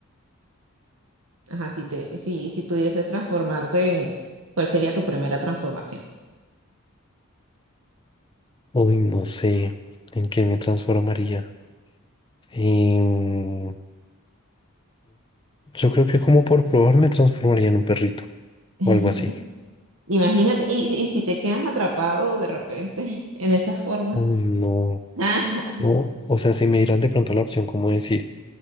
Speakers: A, on the right (about 70°); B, on the left (about 20°).
A: Ajá, si te, si, si pudieses transformarte en, ¿cuál sería tu primera transformación?
B: Uy, no sé en qué me transformaría. Em, yo creo que como por probar me transformaría en un perrito
A: <laughs>
B: o algo así.
A: Imagínate, y, y si te quedas atrapado de repente <laughs> en esa forma.
B: Uy, no.
A: <laughs>
B: No, o sea, si me dieran de pronto la opción como decir,